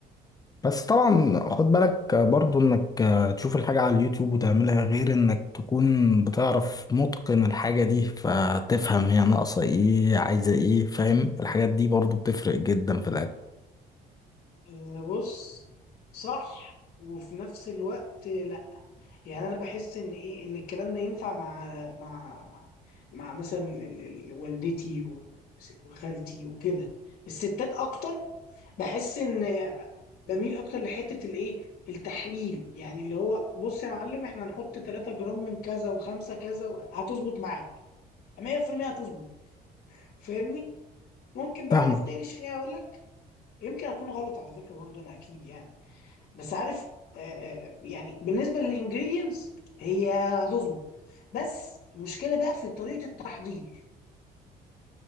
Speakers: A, on the left; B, on the left.
A: بس طبعا خد بالك برضو انك تشوف الحاجة على اليوتيوب وتعملها غير انك تكون بتعرف متقن الحاجة دي فتفهم هي ناقصة ايه عايزة ايه فاهم الحاجات دي برضو بتفرق جدا في الاكل
B: آه، بص صح وفي نفس الوقت لا يعني انا بحس ان ايه ان الكلام ده ينفع مع مع مع, مع مثلا ال- ال- والدتي و- وخالتي وكده الستات اكتر بحس ان بميل اكتر لحته الايه التحليل يعني اللي هو بص يا معلم احنا هنحط 3 جرام من كذا و5 كذا و- هتظبط معاك 100% هتظبط فاهمني ممكن بقى
A: فاهمك
B: عارف تقلش فيها اقول لك يمكن اكون غلط على فكره برضو انا اكيد يعني بس عارف آه آه، يعني بالنسبه للانجريدينتس هي هتظبط بس المشكله بقى في طريقه التحضير